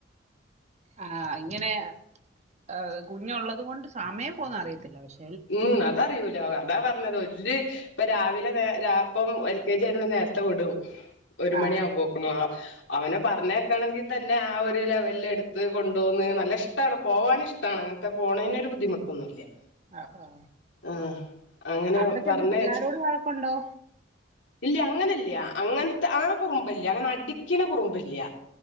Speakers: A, on the right; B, on the left.
A: ആ ഇങ്ങനെ എ കുഞ്ഞുള്ളത് കൊണ്ട് സമയം പോന്ന അറിയത്തില്ല ശെ
B: ഉം അതറിയൂലോ അതാ പറഞ്ഞത് ഒര് ഇപ്പ രാവിലെ വെ രാ പ്പം എൽ കെ ജി അയിനൊണ്ട് നേര്ത്തെ വിടും ഒരു
A: ആ
B: മണി ആവുമ്പോക്കിനും. അവനെ പറഞ്ഞേക്കണെങ്കിൽ തന്നെ ആ ഒരു ലെവലിൽ ടുത്ത് കൊണ്ടോന്ന് നല്ല ഇഷ്ട്ടാണ് പോവാന് ഇഷ്ട്ടാണ്. അങ്ങൻത്തെ പോണീനൊരു ബുദ്ധിമുട്ടൊന്നുല്ല്യ.
A: ആ, ആ.
B: ആഹ് അങ്ങനെ
A: അവിടെ ചെന്ന്
B: പറഞ്ഞേച്ച്.
A: പിള്ളേരോട് വഴക്കുണ്ടോ
B: ഇല്യ അങ്ങനില്യ അങ്ങനത്തെ ആ കുറുമ്പില്യ അങ്ങനെ അടിക്കണ കുറുമ്പില്യ